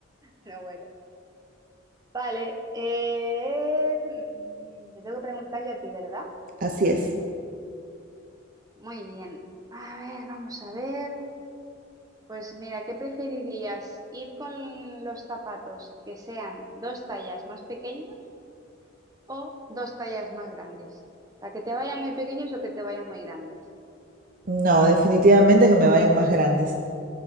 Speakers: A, on the right (about 20°); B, on the right (about 45°).
A: Pero bueno. Vale. eh, mm, te tengo que preguntar yo a ti, ¿verdad?
B: <laughs> Así es.
A: Muy bien. A ver, vamos a ver. Pues mira, ¿qué preferirías? ¿Ir con los zapatos que sean dos tallas más pequeños o dos tallas más grandes? ¿La que te vayan muy pequeños o que te vayan muy grandes?
B: No, definitivamente que me vayan más grandes.